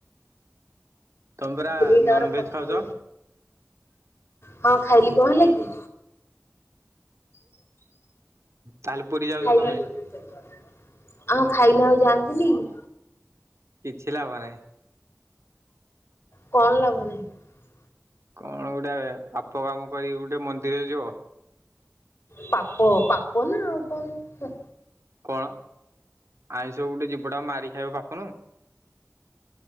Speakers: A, on the right (about 65°); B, on the left (about 50°).
A: ତମେ ପରା
B: ବୁଲିକି ତାପରେ
A: ନନ
B: ଫଟୋ
A: ଭେଜ ଖାଉଚ?
B: ହଁ ଖାଇଲି କଣ ହେଲା କି।
A: ତାହେଲେ ପୁରୀ ଯାଉଛ
B: ଖାଇ
A: ତମେ
B: ଆଉ ଖାଇଲେ ଆଉ ଯାଆନ୍ତିନି କି?
A: କିଛି ଲାଭ ନାହିଁ।
B: କଣ ଲାଭ ନାହିଁ?
A: କଣ ଗୋଟେ ପାପ କାମ କରି ଗୋଟେ ମନ୍ଦିରରେ ଯିବ।
B: ପାପ ପାପ ନା ଆଉ କଣ।
A: କଣ ଆଇଁଷ ଗୋଟେ ଯିବ ଟାକୁ ମାରି ଖାଇବା ପାପ ନୁହୁଁ।